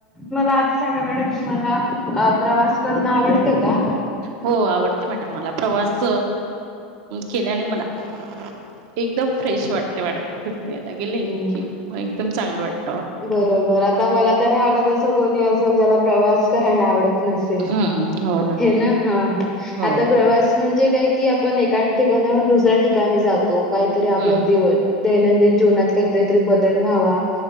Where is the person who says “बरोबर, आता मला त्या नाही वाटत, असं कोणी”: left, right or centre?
Centre